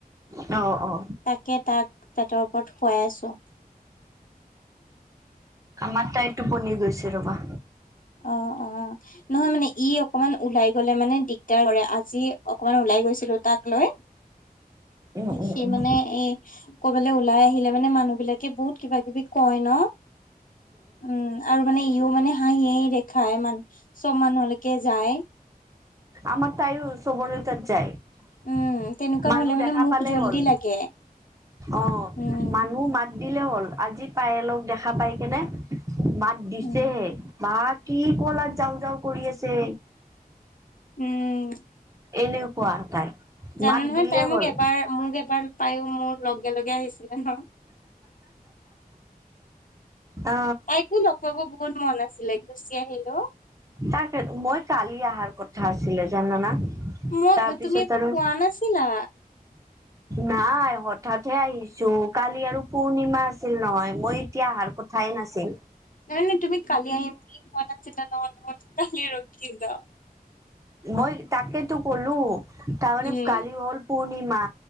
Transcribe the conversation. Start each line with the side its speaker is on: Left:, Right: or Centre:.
Right: অ অ
Left: তাকে তাক পেটৰ ওপৰত শোৱাই আছোঁ।
Right: আমাৰ তাই টোপনি গৈছে ৰবা।
Left: অ অ নহয় মানে, ই অকমান ওলাই গলে মানে দিগদাৰ কৰে আজি অকণমান ওলাই। সি গৈছিলো তাক লৈ
Right: উম উম
Left: সি
Right: উম
Left: মানে ই, কৰবালৈ ওলাই আহিলে মানে মানুহ বিলাকে বহুত কিবা-কিবি কয় ন। উম আৰু মানে ইও মানে হাঁহি হাঁহি শিক্ষাই মান সব মানুহলৈকে যায়।
Right: আমাৰ তাইও চবৰে তাত যায়।
Left: উম তেনেকুৱা
Right: মানুহ
Left: হলে
Right: দেখা
Left: মানে মোক
Right: পালেই
Left: জল্দি
Right: হ'ল।
Left: লাগে
Right: অ
Left: উম।
Right: মানুহ মাত দিলে হ'ল আজি, পায়েলক দেখা পাই কেনে মাত দিছে
Left: উম
Right: বাত কি কলা যাওঁ-যাওঁ কৰি আছে।
Left: হুম
Right: এনেকুৱা তাই।
Left: জানা
Right: মাত
Left: নহয়,
Right: দিলে
Left: তাই
Right: হ'ল
Left: মোক এবাৰ মোক এবাৰ পায়ো মোৰ লগে লগে আহিছে। হেল্ল
Right: অ
Left: তাইকো লগ পাব বহুত মন আছিলে গুচি আহিলোঁ।
Right: তাক মই কালি অহাৰ কথা আছিলে জানানা?
Left: মই
Right: তাৰপিছত
Left: ও তুমি একো
Right: আৰু
Left: পোৱা নাছিলা।
Right: নাই হঠাৎ হে আহিছো, কালি আৰু পূৰ্ণিমা আছিল নহয়, মই সি অহাৰ কথাই নাছিল।
Left: নাই নাই তুমি কালি আহিম বুলি কোৱা নাছিলা জানো, মই বহুত কালি ৰাখিলোঁ।
Right: মই তাকেতো ক'লো, তাৰমানে
Left: উম
Right: কালি হ'ল পূৰ্ণিমা।